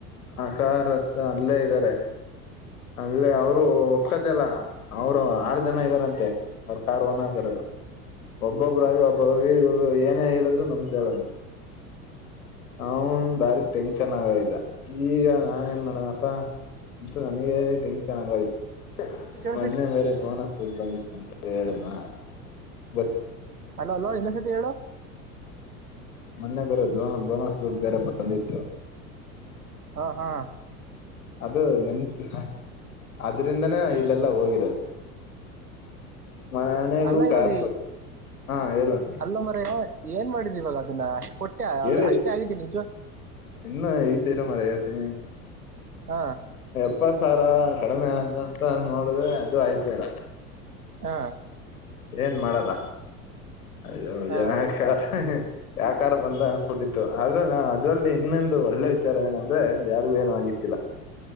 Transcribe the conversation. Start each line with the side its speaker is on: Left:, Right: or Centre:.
Left: ಆ ಕಾರತ್ರ ಅಲ್ಲೇ ಇದ್ದಾರೆ ಅಲ್ಲಿ ಅವರು ಒಪ್ಕದ ಅಲ್ಲ ಅವರು ಆರು ಜನ ಇದ್ದಾರಂತೆ ಅವ್ರ ಕಾರ್ ಓನರ್ ಕಡೆದು ಒಬ್ಬೊಬ್ರಾಗಿ ಒಬ್ಬೊಬ್ರ ಇವ್ರ ಏನೇ ಹೇಳಿದ್ರು ನಮ್ದಲ್ಲ ಅವನ್ ಬಾರಿ ಟೆನ್ಷನ್ ಆಗ ಇದ್ದ ಈಗ ನಾನ ಏನ್ ಮಾಡನಪ್ಪ ನನಗೆ ಟೆನ್ಶನ್ ಆಗ ಆಯ್ತು
Right: ಕೇಳಿಸೈತಿ
Left: ಮಂದೇ ಬೇರೆ ಪನ ದುಡ್ ಬಂದಿತ್ತು ಅಂತ್ ಹೇಳಿದ್ನಾ ಬ
Right: ಹಲೋ ಅಲೋ ಇನ್ನೊಂದ್ ಸತಿ ಹೇಳು
Left: ಮೊನ್ನೆ ಬರೋದು ನಮ್ ಬೋನಸ್ ದುಡ್ ಬೇರೆ ಬಂದಿತ್ತು.
Right: ಹಾ ಹಾ
Left: ಅದು ನೆನಪ್ ಹಹ್ ಅದ್ ಇದ್ರಿಂದನೇ ನಾ ಇಲ್ಲೆಲ್ಲ ಹೋಗಿರದು. ಮನೆಗೂ
Right: ಅಲ್ಲ
Left: ಕಾಸ್
Right: ಇವಾಗ ಈ-
Left: ಕೊಟ್ಟೆ ಹಾ ಹೇಳು
Right: ಅಲ್ಲ ಮರೆಯ ಏನ್ ಮಾಡಿದ್ರಿವಾಗ ಅದನ್ನ ಕೊಟ್ಟೆ ಅದು
Left: ಏರಿ
Right: ಅಷ್ಟೇ ಆಗಿದ್ದಿ ನಿಜೊ
Left: ಇನ್ನು ಐತಿ ಇರು ಮಾರಯ್ಯ ಹೇಳ್ತೀನಿ.
Right: ಹಾ
Left: ಇಪ್ಪತ್ತು ಸಾವಿರ ಕಡಿಮೆ ಆದಂತ ನೋಡಿದ್ರೆ ಅದು ಆಯ್ತಿಲ್ಲ.
Right: ಹಾ
Left: ಏನ್ ಮಾಡದ ಅಯ್ಯೋ
Right: ಹಾ
Left: ಯಾಕ್ ಹ ಹೇ ಹೇ ಯಾಕಾರ ಬಂದ ಅನ್ಸಿಬಿಟ್ಟಿತ್ತು ಆದ್ರ ನ ಅದ್ರಲ್ಲಿ ಇನ್ನೊಂದು ಒಳ್ಳೆ ವಿಚಾರ ಏನಂದ್ರೆ ಯಾರಿಗೂ ಏನು ಆಗಿತ್ತಿಲ್ಲ